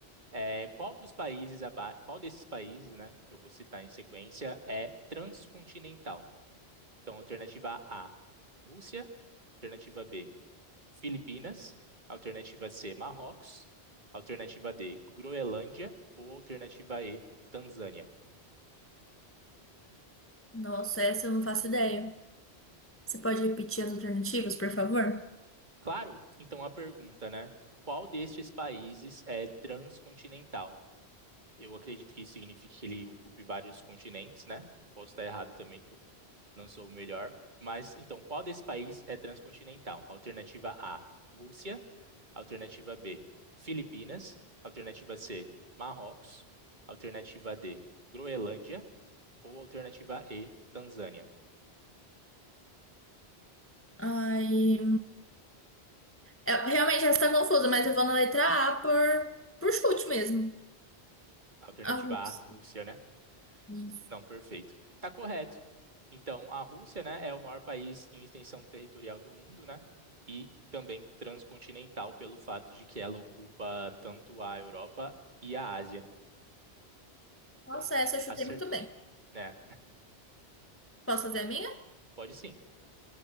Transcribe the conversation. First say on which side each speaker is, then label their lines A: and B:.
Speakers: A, on the right; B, on the left.
A: É, qual dos países aba... qual desses países, né, que eu vou citar em sequência é transcontinental? Então, alternativa A, Rússia, alternativa B, Filipinas, alternativa C, Marrocos, alternativa D, Groenlândia ou alternativa E, Tanzânia.
B: Nossa, essa eu não faço ideia. Você pode repetir as alternativas, por favor?
A: Claro, então a pergunta, né? Qual destes países é transcontinental? Eu acredito que isso signifique que ele ocupe vários continentes, né? Posso estar errado também, que eu não sou o melhor. Mas então, qual desse país é transcontinental? Alternativa A, Rússia. Alternativa B, Filipinas. Alternativa C, Marrocos. Alternativa D, Groenlândia Ou alternativa E, Tanzânia.
B: Ai, é, realmente essa está confusa, mas eu vou na letra A por, por chute mesmo.
A: Alternativa
B: Arroz.
A: A, Rússia, né?
B: Isso.
A: Não, perfeito. Tá correto. Então, a Rússia, né, é o maior país em extensão territorial do mundo, né? E também transcontinental pelo fato de que ela ocupa tanto a Europa e a Ásia.
B: Nossa,
A: Então,
B: essa eu chutei
A: acertou,
B: muito bem.
A: né?
B: Posso fazer a minha?
A: Pode sim.